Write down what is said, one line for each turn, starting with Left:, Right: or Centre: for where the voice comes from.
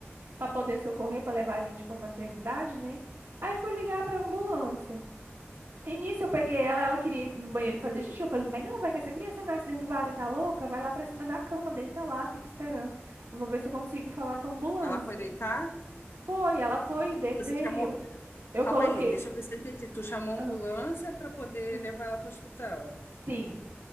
Right: Pra poder socorrer, pra levar a gente pra maternidade, né? Aí fui ligar pra ambulância. No início eu peguei ela, ela queria ir no banheiro fazer xixi. Eu falei, não vai não, vai que essa criança nasce dentro do vaso, você tá louca? Vai lá pra cima da cama, deita lá, fica esperando. Eu vou ver se eu consigo falar com a ambulância.
Left: Ela foi deitar?
Right: Foi, ela foi, deitei,
Left: Você chamou.
Right: eu, eu
Left: Calma
Right: coloquei.
Left: aí, deixa eu ver se eu entendi. Tu chamou a ambulância
Right: Ah,
Left: pra poder
Right: sim.
Left: levar ela pro hospital.
Right: Sim,